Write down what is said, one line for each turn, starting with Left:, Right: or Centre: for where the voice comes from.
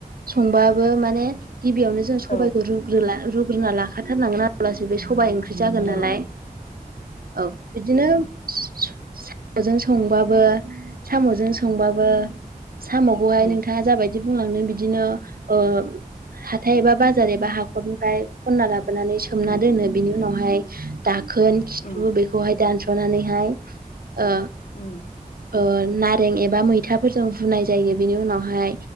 Right: संबा बो माने गिबियावनो जों सबाइखौ
Left: औ
Right: रुग्रोला रुग्रोना लाखाथारनांगोन आ ला से बे सबाइ ओंख्रि जागोन
Left: औ
Right: नालाय औ बिदिनो स सु साम'जों संबाबो साम'जों संबाबो सामावखौहाय
Left: उम
Right: नोंथाङा जाबायदि बुंलांदों बिदिनो ओ हाथाय एबा बाजार एबा हा नखरनिफ्राय खनना लाबोनानै सोमना
Left: उम
Right: दोनो बिनि उनावहाय दाखोन खिथु
Left: उम
Right: बेखौहाय दानस'नानैहाय ओ
Left: उम
Right: ओ नारें ए बा मैथाफोरजों रुनाय जायो बिनि उनावहाय